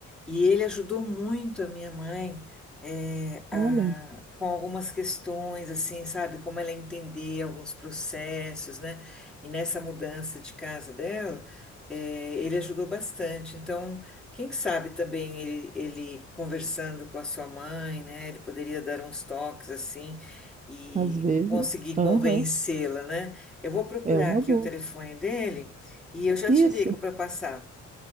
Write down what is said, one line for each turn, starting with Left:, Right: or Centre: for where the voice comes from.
Centre: e ele ajudou muito a minha mãe é, a-
Right: Olha,
Centre: com algumas questões, assim, sabe, como ela entender alguns processos, né? E nessa mudança de casa dela, é, ele ajudou bastante. Então, quem sabe também ele, ele conversando com a sua mãe, né? Ele poderia dar uns toques assim e
Right: às vezes,
Centre: conseguir
Right: aham,
Centre: convencê-la, né? Eu vou procurar
Right: é uma
Centre: aqui
Right: boa.
Centre: o telefone dele e eu já
Right: Isso.
Centre: te ligo para passar,